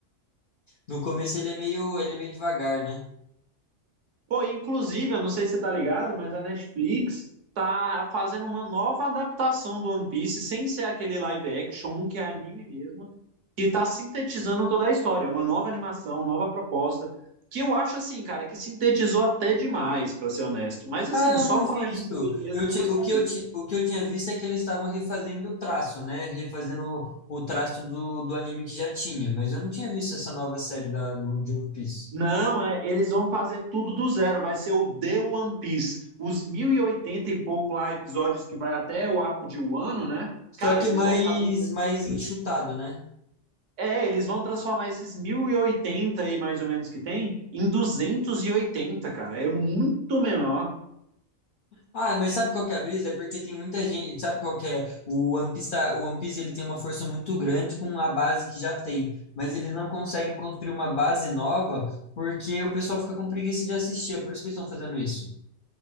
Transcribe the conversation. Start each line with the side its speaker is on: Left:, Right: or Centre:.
Left: No começo ele é meio, ele é meio devagar, né?
Right: pô, inclusive, eu não sei se você tá ligado, mas a Netflix tá fazendo uma nova adaptação do One Piece, sem ser aquele live action, um que é anime mesmo, que tá sintetizando toda a história, uma nova animação, nova proposta, que eu acho assim, cara, que sintetizou até demais, pra ser honesto. Mas assim,
Left: Ah, eu
Right: só
Left: não
Right: para
Left: vi
Right: a gente
Left: isso.
Right: ver mesmo
Left: Eu
Right: pra
Left: ti- o
Right: saber.
Left: que eu ti- o que eu tinha visto é que eles estavam refazendo o traço, né? Refazendo o, o traço do, do anime que já tinha, mas eu não tinha visto essa nova série da, do, de One Piece.
Right: Não, é, eles vão fazer tudo do zero, vai ser o The One Piece. Os mil e oitenta e pouco lá episódios que vai até o arco de Wano, né?
Left: Só
Right: Cara,
Left: que
Right: eles
Left: mais,
Right: vão fazer.
Left: mais enxutado, né?
Right: É, eles vão transformar esses 1080 aí, mais ou menos, que tem, em 280, cara. É muito menor.
Left: Ah, mas sabe qual que é a brisa? É porque tem muita gente, sabe qual que é? O One Piece, tá- o One Piece ele tem uma força muito grande com a base que já tem, mas eles não conseguem construir uma base nova porque o pessoal fica com preguiça de assistir, é por isso que eles estão fazendo isso.